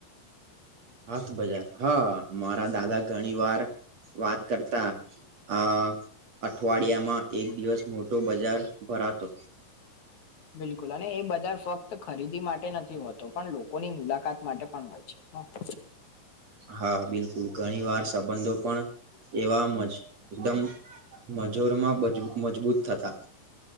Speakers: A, on the right; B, on the left.
A: હાથ બજાર હા મારા દાદા ઘણી વાર વાત કરતા અ અઠવાડિયામાં એક દિવસ મોટો બજાર ભરાતો
B: બિલકુલ અને એ બજાર ફક્ત ખરીદી માટે નથી હોતો પણ લોકોની મુલાકાત માટે પણ હોય વા <inaudible>
A: હા બિલકુલ ઘણી વાર સંબંધો પણ એવા માંજ એકદમ મજૂરમાં મજબૂત થતા